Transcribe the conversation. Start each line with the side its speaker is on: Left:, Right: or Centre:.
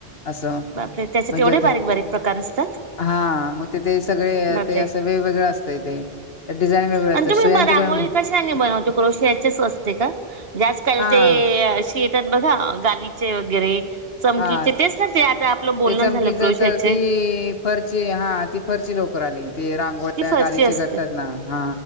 Left: असं
Right: बापरे त्याच्यात
Left: म्हणजे
Right: एवढे
Left: ते
Right: बारीक बारीक प्रकार असतात
Left: हा मग ते ते सगळे
Right: बापरे
Left: ते असं वेगवेगळं असतंय ते. डिझाईन वेगवेगळ्या
Right: आणि
Left: असतात
Right: तुम्ही
Left: सुयांचे
Right: म रांगोळी
Left: पण
Right: कशाने बनवते क्रोशीचीच असते का? आज काल
Left: हा
Right: ते ते अशी येतात बघा गालीचे वगरे चमकीचे
Left: हा
Right: तेच ना ते आता आपलं बोलणं
Left: ते चमकीचं
Right: झालं क्रोशाचे
Left: तर ती फरची हा ती फर ची लोकर आली ते रांगोळ्या
Right: ती फरची
Left: गालीचे
Right: असते
Left: करतात ना हा